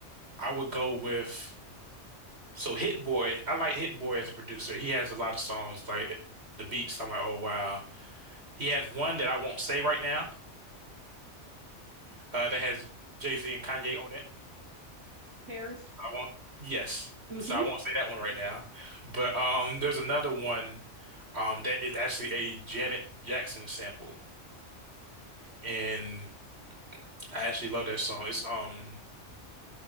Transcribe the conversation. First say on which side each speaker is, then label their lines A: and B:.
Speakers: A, on the right; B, on the right.
A: I would go with so Hit Boy. I like Hit Boy as a producer. He has a lot of songs
B: Mm-hmm.
A: like the beats. I'm like, oh wow. He has one that I won't say right now. Uh, that has Jay-Z and Kanye on it.
B: Paris.
A: I won't. Yes,
B: Mm-hmm.
A: so I won't say that one right now. But um, there's another one um that is actually a Janet Jackson sample, and I actually love that song. It's um